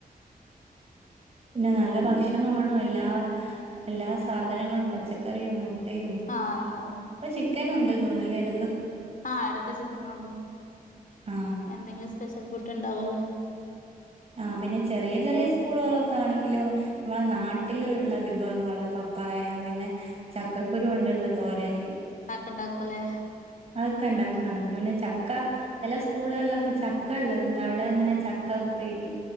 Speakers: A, on the right; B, on the left.
A: പിന്നെ നല്ല ഭക്ഷണാണ് എല്ലാ എല്ലാ സാധനങ്ങളും പച്ച കറിയും മുട്ടയും
B: ആഹ് അല്ല
A: ഇപ്പോ ചിക്കനുണ്ട് തോന്ന് ല്ലെ എട
B: ആ എടക്ക് ചിക്കനൊണ്ട്
A: ആ
B: എന്തെങ്കിലും സ്പെഷ്യൽ ഫുഡ് ണ്ടാവല്ലോ.
A: ആ പിന്നെ ചെറിയ ചെറിയ സ്കൂളുകളൊക്കെ ആണെങ്കിലും നമ്മളെ നാട്ടിലുള്ള വിഭവങ്ങള് പപ്പായ പിന്നെ ചക്കക്കുരു കൊണ്ടുള്ള തോരന്.
B: അ ഒക്കെ ണ്ടാക്കൂല്ലേ
A: അഒക്കെ ഇണ്ടാക്കുന്നുണ്ട് പിന്നെ ചക്ക ചെല സ്കൂളുകളിലൊക്കെ ചക്ക ള്ളത്ണ്ട് അവിട് ങ്ങനെ ചക്ക ഉപ്പേരി